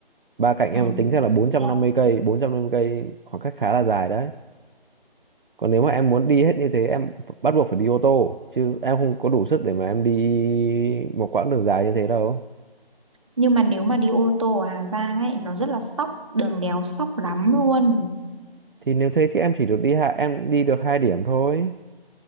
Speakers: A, on the right; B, on the right.
A: ba cạnh
B: Ừ.
A: em tính ra là bốn trăm
B: Thế à?
A: năm mươi cây bốn trăm năm mươi cây khoảng cách khá là dài đấy còn nếu mà em muốn đi hết như thế em ph- bắt buộc phải đi ô tô chứ em không có đủ sức để mà em đi một quãng đường dài như thế đâu
B: Nhưng mà nếu mà đi ô tô ở Hà Giang ấy nó rất là sóc, đường đèo sóc lắm luôn.
A: thì nếu thế thì em chỉ được đi hạ em đi được hai điểm thôi